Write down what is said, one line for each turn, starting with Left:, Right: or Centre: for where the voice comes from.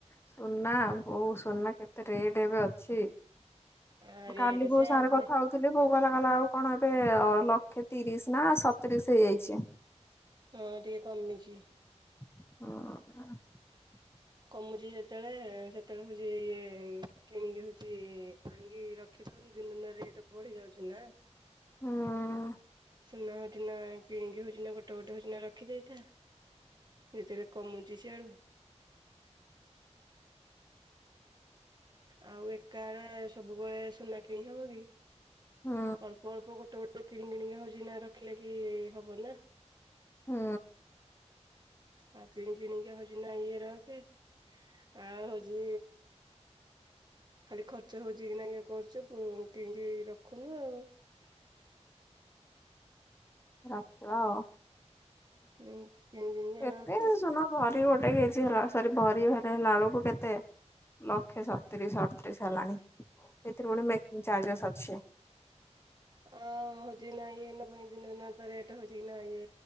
Left: ସୁନା ବୋଉ ସୁନା କେତେ ରେଟ ଏବେ ଅଛି।
Right: ଆରେ
Left: କାଲି
Right: ରେଟ
Left: ବୋଉ
Right: ସେ
Left: ସାରେ
Right: ଏବେ
Left: କଥା ହଉଥିଲି ବୋଉ ଗଲା କଲା ଆଉ କଣ ଏବେ ଲକ୍ଷେ ତିରିଶ ନା ସତିରିଶ ହେଇଯାଇଛି।
Right: ହଁ ଟିକେ କମିଛି।
Left: ହଁ।
Right: କମୁଛି ଯେତେବେଳେ ସେତେବେଳେ ହଉଛି ଇଏ କିଣିକି ହଉଛି ଆଣିକି ରଖି ଦିନ ଦିନ ରେଟ ବଢି ଯାଉଛି ନା।
Left: ହଁ।
Right: ସୁନା ହଉଛି ନା କିଣିକି ହଉଛି ନା ଗୋଟେ ଗୋଟେ ହଉଛି ନା ରଖି ଦେଇଥା। ଯେତେବେଳେ କମୁଛି ସିଆଡୁ ଆଉ ଏକାଳେ ସବୁବେଳେ ସୁନା କିଣି ହବ କି?
Left: ହୁଁ
Right: ଅଳ୍ପ ଅଳ୍ପ ଗୋଟେ ଗୋଟେ କିଣି କିଣିକା ହଉଛି ନା ରଖିଲେ କି ହବ ନା।
Left: ହଁ।
Right: ଆଉ କିଣି କିିଣିକା ହଉଛି ନା ଇଏ ରଖେ। ଆଉ ହଉଛି ଖାଲି ଖର୍ଚ୍ଚ ହଉଛି କି ନାଇ କରୁଛୁ କିଣିକି ରଖୁନୁ ଆଉ। <unintelligible>
Left: ରଖିବା ଆଉ।
Right: କିଣ କିଣି କିଣିକା
Left: ଏତେ
Right: ରଖେ।
Left: ସୁନା ଭରି ଗୋଟେ କେଜି ହେଲା ସରି ଭରି ହେଲେ ହେଲାଳୁକୁ କେତେ? ଲକ୍ଷେ ସତତିରିଶ ଅଠତିରିଶ ହେଲାଣି ସେଥିରେ ପୁଣି ମେକିଂ ଚାର୍ଜେସ୍ ଅଛି।
Right: ଅ ହଉଛି ନାଇଁ <inaudible> ରେଟ ହଉଛି କି ନାଇଁ